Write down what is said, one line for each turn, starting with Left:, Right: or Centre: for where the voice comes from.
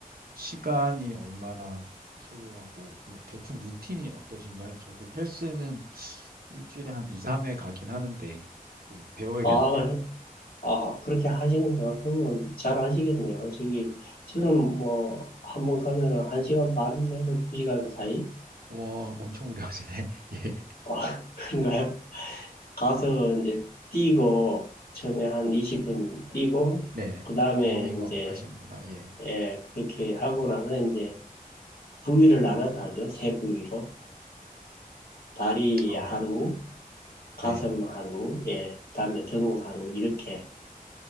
Right: 시간이 얼마나 소요하고 뭐 대충 루틴이 어떠신가요? 저도 헬스는 일주일에 한 2, 3회 가긴 하는데 좀 배워야겠는데요.
Left: 아, 아, 그렇게 하시는구나. 그러면 잘 하시겠네요. 저기, 저는 뭐, 한번 가면은 한 시간 반에서 두 시간 사이?
Right: 와, 엄청 오래 하시네. <laughs> 예.
Left: 어, <laughs> 그런가요? 가서 이제 뛰고, 처음에 한 20분 뛰고,
Right: 네.
Left: 그 다음에
Right: 워밍업
Left: 이제,
Right: 하시는구나. 예.
Left: 예, 그렇게 하고 나서 이제 부위를 나눠서 하죠. 세 부위로. 다리
Right: 아,
Left: 하루, 가슴
Right: 네.
Left: 하루, 예, 다음에 등 하루, 이렇게.